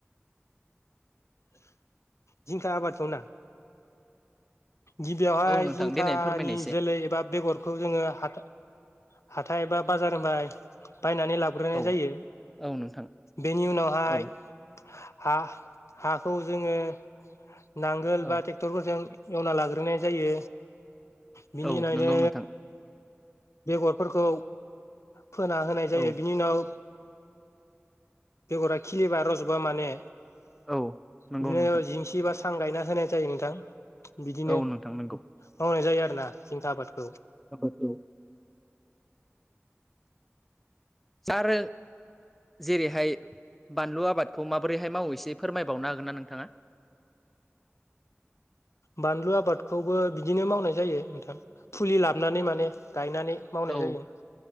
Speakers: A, on the left; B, in the centre.
A: जिंखा आबादखौ ना गिबियावहाय
B: औ नोंथां
A: जिंखानि
B: देनाय फोरमायनाय एसे
A: जोलै एबा बेगरखौ जोङो हा हाथाय एबा बाजार होनबाय बायनानै लाग्रोनाय
B: औ
A: जायो
B: औ नोंथां
A: बेनि उनावहाय
B: औ
A: हा हा औ जोङो नांगोल
B: औ
A: बा ट्रेक्टरफोरजों एवना लाग्रोनाय जायो बिनिनायनो
B: औ नंगौ नोंथां
A: बेगरफोरखौ फोना होनाय जायो
B: औ
A: बिनि उनाव बेगरा खिलिबा रज'बा माने
B: औ नंगौ
A: बिदिनो
B: नोंथां
A: जिंसि बा सां गायना होनाय जायो नोंथां। बिदिनो
B: औ
A: मावनाय
B: नोंथां नंगौ
A: जायो आरो ना जिंखा आबादखौ
B: आाबादखौ आरो जेरैहाय बानलु आबादखौ माबोरैहाय मावो एसे फोरमायबावनो हागोन ना नोंथाङा?
A: बानलु आबादखौबो बिदिनो मावनाय जायो नोंथां फुलि लाबोनानै माने गायनानै मावनाय
B: औ
A: जायो।